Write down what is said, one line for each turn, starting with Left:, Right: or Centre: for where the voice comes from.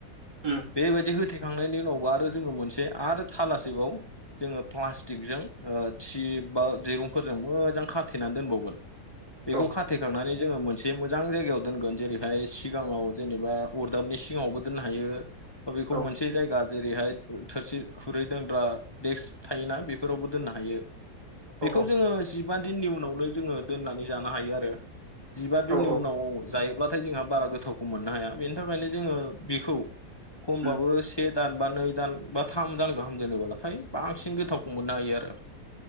Right: ओम
Left: बेबायदि होथेखांनायनि उनावबो आरो जोङो मोनसे आरो थालासेबाव जोङो प्लास्टिकजों ओ थि बा दिरुंफोरजों मोजां खाथेनानै दोनबावगोन बेखौ
Right: औ
Left: खाथेखांनानै जोङो मोन एसे मोजां जायगायाव दोनगोन जेरैहाय सिगाङाव जेनेबा अरदाबनि सिगाङावबो दोननो हायो बेखौ
Right: औ
Left: मोनसे जायगा जेरैहाय थोरसि, खुरै दोनग्रा देक्स थायोना बेफोरावबो दोननो हायो
Right: औ
Left: बेखौ जोङो जिबा दिननि उनावनो जोङो दोननानै जानो हायो आरो जिबा
Right: औ
Left: दिननि
Right: औ
Left: उनाव जायोब्लाथाय जोंहा बारा गोथावखौ मोननो हाया बेनि थाखायनो जोङो बेखौ खमबाबो
Right: उम
Left: से दान बा नै दान बा थाम दान गाहाम दोनोबालाथाय बांसिन गोथावखौ मोननो हायो आरो